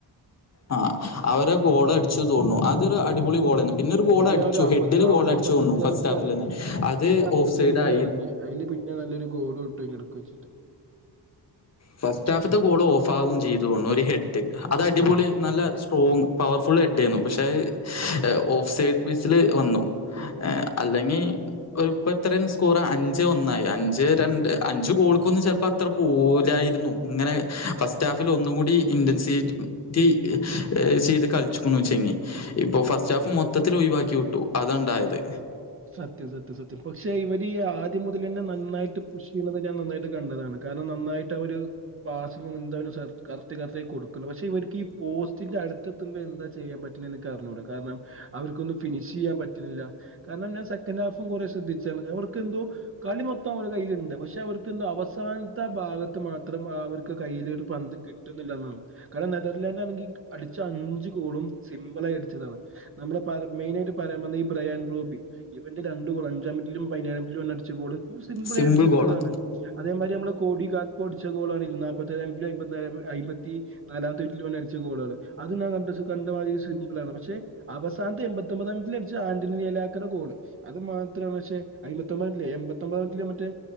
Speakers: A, on the left (about 40°); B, on the right (about 30°).
A: ആഹ് അവരാ ഗോള് അടിച്ചേ തോന്നുണു. അതൊരു അടിപൊളി ഗോളേനു. പിന്നൊരു ഗോൾ
B: അവന്
A: അടിച്ചു
B: ഒരു അമ്പത്തി
A: ഹെഡ്ഡില് ഗോൾ
B: അവന്
A: അടിച്ചു
B: അമ്പത്തഞ്ചാം
A: തോന്നുണു ഫസ്റ്റ്
B: മിനിറ്റിൽ
A: ഹാഫിലന്നെ.
B: ഇറങ്ങി
A: അത്
B: അവന് അമ്പത്തഞ്ചാം
A: ഓഫ് സൈഡായി.
B: മിനിറ്റിൽ ഇറങ്ങി അതില് പിന്നെ നല്ലൊരു ഗോളു ഇട്ടു അതിന്റെടക്ക് വച്ചിട്ട്.
A: ഫസ്റ്റ് ഹാഫ്ത്തെ ഗോള് ഓഫാകും ചെയ്തു തോന്നുണു ഒരു ഹെഡ്ഡ്. അത് അടിപൊളി നല്ല സ് ട്രോങ് പവർഫുൾ ഹെഡ്ഡേരുന്നു. പക്ഷെ അത് ഓഫ് സൈഡ് ബേസില് വന്നു. ഈഹ് അല്ലെങ്കി ഒരു ഇപ്പെത്രയേനു സ്കോറ്? അഞ്ച് ഒന്നായി. അഞ്ചേ രണ്ട്. അഞ്ച് ഗോൾക്കൊന്നു ചെലപ്പൊ അത് അത്ര പോവൂലായിരുന്നു. ഇങ്ങനെ ഫസ്റ്റ് ഹാഫിൽ ഒന്നും കൂടി ഇന്റൻസീറ്റ് റ്റി ചെയ്ത് കളിച്ചിക്കുണൂച്ചെങ്കി. ഇപ്പൊ ഫസ്റ്റ് ഹാഫ് മൊത്തത്തിൽ ഒഴിവാക്കി വിട്ടു. അതാണ്ടായത്.
B: സത്യം സത്യം സത്യം. പക്ഷെ ഇവര് ആ ദ്യം മുതലന്നെ നന്നായിട്ട് പുഷ് ചെയ്യണത് ഞാൻ നന്നായിട്ട് കണ്ടതാണ്. കാരണം നന്നായിട്ട് അവര് പാസ് എന്താ ഒരു കറത്ത് കറത്തായി കൊടുക്കുണു. പക്ഷെ ഇവർക്ക് ഈ പോസ്റ്റിന്റെ അടുത്തെത്തുമ്പോ എന്താ ചെയ്യാൻ പറ്റ് റ്റണേക്കറിഞ്ഞൂട. കാരണം, അവർക്കൊന്നും ഫിനിഷ് ചെയ്യാൻ പറ്റുന്നില്ല. കാരണം ഞാൻ സെക്കന്റ് ഹാഫും കൊറെ ശ്രദ്ധിച്ചാണ്. അവർക്കെന്തോ കളി മൊത്തം അവരെ കയ്യില്ണ്ട്. പക്ഷെ അവർക്ക് എന്തോ അവസാനത്തെ ആ ഭാഗത്ത് മാത്രം അവർക്ക് കയ്യിലൊരു പന്ത് കിട് ട്ടുന്നില്ലാന്നാണ്. കാരണം നെതർലാൻഡ് ആണെങ്കി അടിച്ച അഞ്ച് ഗോളും സിമ്പിളായി അടിച്ചതാണ്. നമ്മുടെ പറ മെയിനായിട്ട് പറയാൻ വന്നേ ഈ ബ്രയാൻ ബ്രോബി. ഇവന്റെ രണ്ട് ഗോള് അഞ്ചാമിനിറ്റിലും പതിനേഴാമിനിറ്റിലും ഓനടിച്ച ഗോള്, ഓൻ സിമ്പിളായി
A: സിമ്പിൾ
B: അടിച്ചെട്ത്തതാണ്.
A: ഗോളാ
B: അതേമാതിരി നമ്മള കോടി ഗാഗ്പൊ അടിച്ച ഗോളാണ് നാപ്പത്തേഴാം മിനിറ്റിലും അയ്മ്പത്തിനാലെ അയ്മ്പത്തി നാലാമത്തെ മിനിറ്റിലും ഓനടിച്ച ഗോള്കള്. അതു ഞാൻ കണ്ട കണ്ടമാതിരി സിമ്പിളാണ്. പക്ഷെ അവസാനത്തെ എൺപത്തൊമ്പതാം മിനിറ്റില് അടിച്ച ആന്റണി റിയലാക് ക്കറ് ഗോള്. അത് മാത്രാ പക്ഷേ അയ്മ്പത്തൊമ്പതിലേ എൺപത്തൊമ്പതാ മിനിറ്റിലേ മറ്റേ